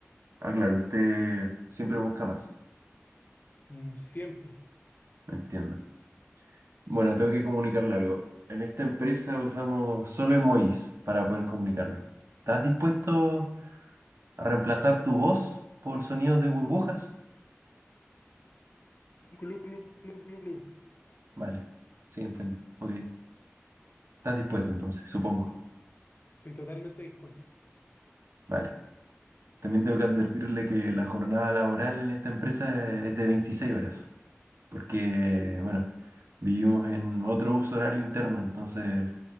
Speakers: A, on the right; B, on the left.
A: Ah, claro, usted siempre busca más.
B: Mm, siempre.
A: Entiendo. Bueno, tengo que comunicarle algo. En esta empresa usamos solo emojis para poder comunicarnos. ¿Estás dispuesto a reemplazar tu voz por sonidos de burbujas?
B: Glu, glu, glu, glu, glu.
A: Vale. Sí, entiendo. Ok. ¿Estás dispuesto entonces? Supongo.
B: Estoy totalmente dispuesto.
A: Vale. También tengo que advertirle que la jornada laboral en esta empresa es de 26 horas, porque, bueno, vivimos en otro uso horario interno, entonces